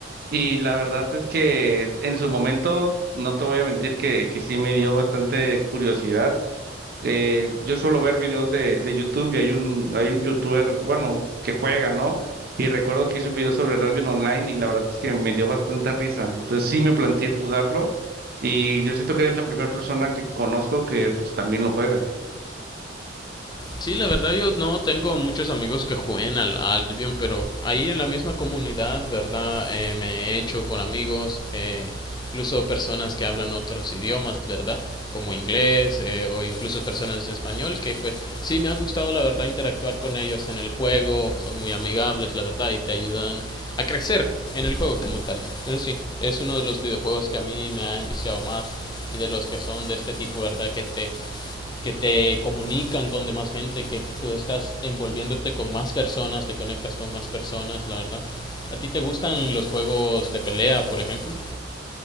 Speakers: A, on the right; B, on the left.
A: Y la verdad es que en su momento, no te voy a mentir que, que sí me dio bastante curiosidad. Eh, yo suelo ver videos de, de YouTube y hay un, hay un youtuber, bueno, que juega, ¿no? Y recuerdo que hizo un video sobre el rugby online y la verdad es que me dio bastante risa. Entonces sí me planteé jugarlo y yo siento que eres la primera persona que conozco que pues también lo juega.
B: Sí, la verdad yo no tengo muchos amigos que jueguen al Albion, pero ahí en la misma comunidad, ¿verdad? Eh, me he hecho con amigos, eh, incluso personas que hablan otros idiomas, ¿verdad? Como inglés eh, o incluso personas de español, que pues sí me ha gustado la verdad interactuar con ellos en el juego, son muy amigables, la verdad, y te ayudan a crecer en el juego como tal. Pero sí, es uno de los videojuegos que a mí me ha enviciado más y de los que son de este tipo, ¿verdad? Que te que te comunican con demás gente, que tú estás envolviéndote con más personas, te conectas con más personas, la verdad. ¿A ti te gustan los juegos de pelea, por ejemplo?